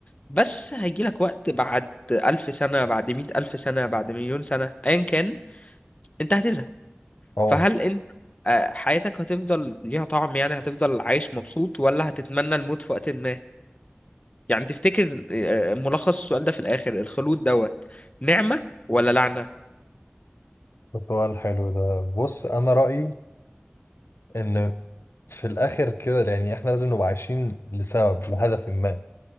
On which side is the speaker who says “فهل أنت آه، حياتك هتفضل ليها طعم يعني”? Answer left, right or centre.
Left